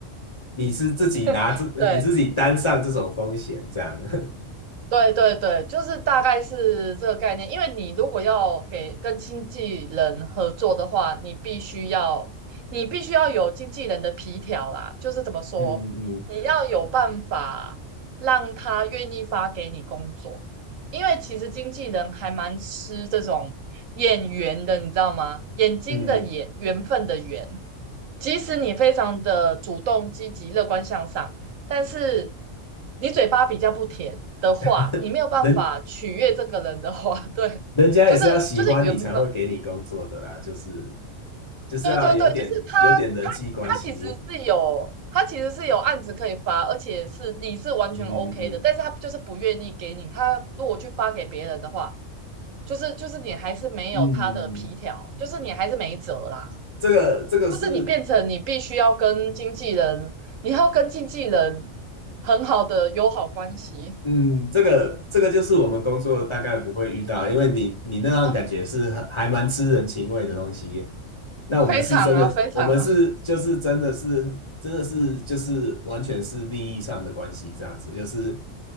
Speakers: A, on the left (about 30°); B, on the right (about 85°).
A: 你是自己拿这，
B: <laughs>
A: 呃你自己担上这种风险，
B: 对。
A: 这样，<laughs>
B: 对对对，就是大概是这个概念。因为你如果要给跟经纪人合作的话，你必须要你必须要有经纪人的皮条啦，就是怎么说，
A: 嗯嗯
B: 你要有办法让他愿意发给你工作，因为其实经纪人还蛮吃这种眼缘的，你知道吗？眼睛的眼，
A: 嗯，
B: 缘分的缘。即使你非常的主动、积极、乐观向上，但是你嘴巴比较不甜的话，
A: <laughs>
B: 你没有办法取悦这个人的话，
A: 人
B: <laughs> 对，
A: 人家也是要喜欢你才会给你工作的啦，
B: 就是就是原本
A: 就是就是要有点有点人际关系，
B: 对对对，就是他他他其实是有他其实是有案子可以发，而且是你是完全
A: 嗯嗯嗯
B: OK 的，但是他就是不愿意给你，他如果去发给别人的话，就是就是你还是没有他的皮条，
A: 嗯，
B: 就是你还是没辙啦，
A: 这个这个是
B: 就是你变成你必须要跟经纪人，你要跟经纪人很好的友好关系。
A: 嗯，这个这个就是我们工作大概不会遇到，因为你你那样感觉是很还蛮吃人情味的东西。
B: <laughs>
A: 那我们是真的，
B: 非常啊，非常啊，
A: 我们是就是真的是真的是就是完全是利益上的关系这样子，就是